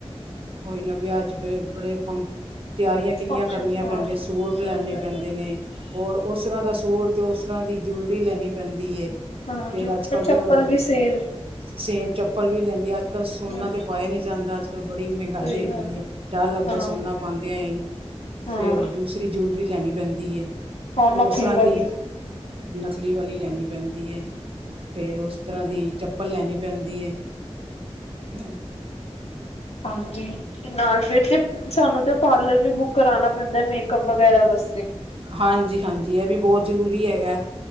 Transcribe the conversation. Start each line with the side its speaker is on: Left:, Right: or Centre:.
Right: ਹੁਣ ਵਿਆਹ 'ਚ ਫਿਰ ਬੜੇ ਫੰਕਸ਼ਨ ਤਿਆਰੀਆਂ ਕਿੰਨੀਆਂ
Left: ਫੰਕਸ਼ਨ
Right: ਕਰਨੀਆਂ
Left: ਹਾਂ
Right: ਪੈਂਦੀਆਂ। ਸੂਟ
Left: ਸਹੀ
Right: ਲੈਣੇ
Left: ਗੱਲ
Right: ਪੈਂਦੇ
Left: ਹੈ
Right: ਨੇ ਹੋਰ, ਉਸ ਤਰ੍ਹਾਂ ਦਾ ਸੂਟ ਤੇ ਉਸ ਤਰ੍ਹਾਂ ਦੀ ਜੁਲਰੀ ਲੈਣੀ ਪੈਂਦੀ ਏ।
Left: ਹਾਂ
Right: ਫੇਰ ਅੱਜ
Left: ਫਿਰ
Right: ਕੱਲ੍ਹ
Left: ਚੱਪਲ
Right: ਤਾਂ
Left: ਵੀ ਸੇਮ
Right: ਸੇਮ ਚੱਪਲ ਵੀ ਲੈਂਦੀ ਅੱਜ ਕੱਲ੍ਹ ਸੋਨਾ
Left: ਹਾਂ
Right: ਤੇ ਪਾਇਆ ਨੀ ਜਾਂਦਾ ਅੱਜ ਫੇਰ ਬੜੀ ਮਹਿੰਗਾਈ
Left: ਸਹੀ
Right: ਹੈਗੀ
Left: ਗੱਲ
Right: ਹੈ ਡਰ ਲੱਗਦਾ
Left: ਹਾਂ
Right: ਸੋਨਾ ਪਾਦਿਆ ਈ
Left: ਹਾਂ
Right: ਫੇਰ ਦੂਸਰੀ ਜਊਲਰੀ ਲੈਣੀ ਪੈਂਦੀ ਏ।
Left: ਹਾਂ ਨਕਲੀ
Right: ਫੇਰ ਉਸਰਾ
Left: ਵਾਲੀ
Right: ਦੀ ਨਕਲੀ ਵਾਲੀ ਲੈਣੀ ਪੈਂਦੀ ਐ ਫਿਰ ਉਸ ਤਰ੍ਹਾਂ ਦੀ ਚੱਪਲ ਲੈਣੀ ਪੈਂਦੀ ਐ। ਹਮ
Left: ਹਾਂਜੀ ਤੇ ਨਾਲ ਫਿਰ ਚ ਤੇ ਸਾਨੂੰ ਤੇ ਪਾਰਲਰ ਵੀ ਬੁੱਕ ਕਰਾਣਾ ਪੈਂਦਾ ਮੇਕਅਪ ਵਗੈਰਾ ਵਾਸਤੇ।
Right: ਹਾਂਜੀ-ਹਾਂਜੀ ਇਹ ਵੀ ਬਹੁਤ ਜ਼ਰੂਰੀ ਹੈਗਾ।